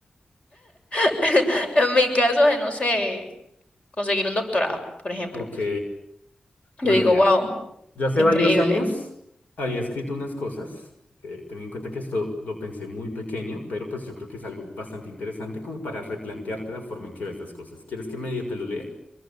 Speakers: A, on the left (about 45°); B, on the left (about 75°).
A: <laughs> en mi caso, eh, no sé, conseguir un doctorado, por ejemplo.
B: <laughs> Ok. Bueno,
A: Yo digo,
B: mira.
A: wow,
B: Yo hace
A: increíble.
B: varios años había escrito unas cosas, eh, teniendo en cuenta que esto lo pensé muy pequeño, pero pues yo creo que es algo bastante interesante como para replantearte la forma en que ves las cosas. ¿Quieres que medio te lo lea?